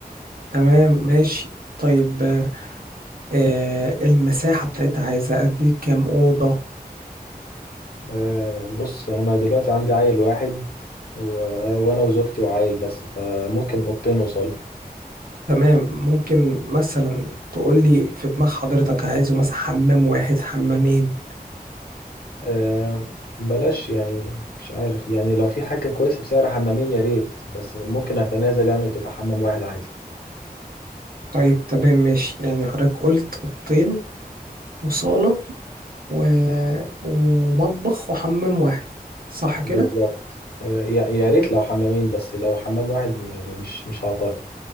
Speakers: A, on the right (about 65°); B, on the left (about 75°).
A: تمام ماشي طيب آه آه، المساحة بتاعتها عايزة قد ايه كام أوضة
B: أه بص أنا دلوقتي عندي عيل واحد و... وأنا وزوجتي وعيل بس فممكن أوضتين وصالة
A: تمام ممكن مثلا تقولي في دماغ حضرتك عايزه مثلا حمام واحد حمامين
B: آه، بلاش يعني مش عارف يعني لو في حاجة كويسة بسعر حمامين يا ريت بس ممكن أتنازل يعني وتبقى حمام واحد عادي
A: طيب تمام ماشي يعني حضرتك قلت أوضتين وصالة و... ومطبخ وحمام واحد صح
B: بالظبط
A: كده؟
B: آه، يا يا ريت لو حمامين بس لو حمام واحد يعني مش مش هعترض